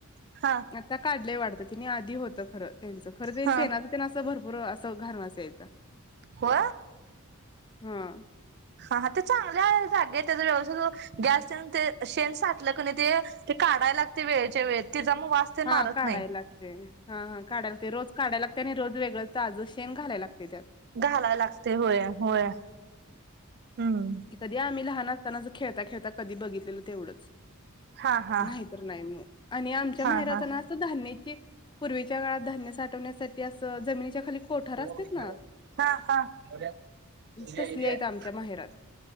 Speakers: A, on the right; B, on the left.
A: <inaudible>
B: आता काढलय वाटत तीनी आधी होत खरं त्यांचं खर ते
A: हा
B: शेनाच त्यांन असं भरपूर असं घाण वास यायचा.
A: हो
B: हां
A: हा हा ते चांगल्याय जागेतच व्यवसुहो <unintelligible> गॅस तेन ते शेण साठलं क नाही ते, ते काढाय लागतय वेळेच्या वेळेत तेचा म वास तेन
B: हा
A: मारत
B: काढाय
A: नाही.
B: लागतय, हा हा काढायला ते रोज काढायला लाग त्याने रोज वेगळं ताजं शेंन घालाया लागतय त्यात.
A: घालाया लागतय होया होया हूं.
B: ती कधी आम्ही लहान असतांना अस खेळता खेळता कधी बघितलेल तेवढंच.
A: हा हा
B: नाहीतर नाही म आणि आमच्या
A: हा
B: माहेरात
A: हा
B: नां. असं धान्याची पूर्वीच्यां धान्य साठवण्यासाठी आसं जमीनीच्या खाली कोठार
A: <unintelligible>
B: असतात ना तसली आहेत आमच्या माहेरात.